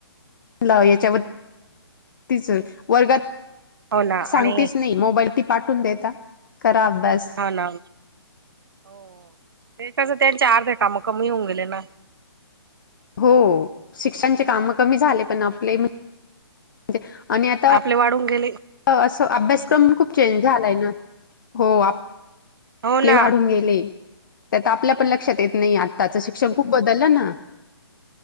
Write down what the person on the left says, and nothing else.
<unintelligible> याच्यावरच वर्गात
सांगतीच
नाही मोबाईल ती पाठवुन देता करा अभ्यास
हो शिक्षणचे काम कमी झाले पण आपले आणि आता
अस अभ्यासक्रम खुप चेंज झालाय ना हो आप
आपले
वाढुन गेले त्यात आपल्या पण लक्षात येत नाही आ आत्ताच शिक्षण खुप बदलल ना